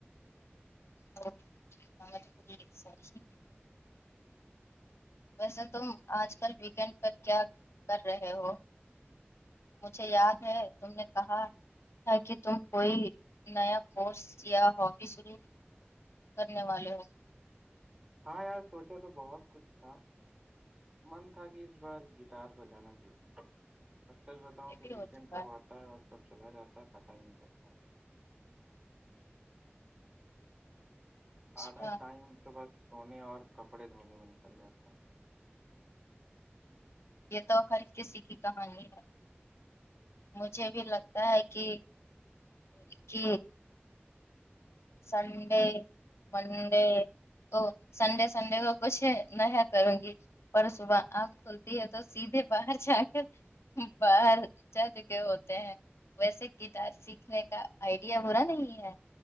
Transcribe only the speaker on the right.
ہاں یار سوچو تو بہت کچھ تھا من تھا کہ اس بار گٹار بجانا سیکھو اور سچ بتاؤں
تو
ویکینڈ
کب آتا ہے اور کب چلا جاتا ہے پتا ہی نہیں چلتا
آدھا ٹائم تو بس سونے اور کپڑے دھونے میں نکل جاتے ہیں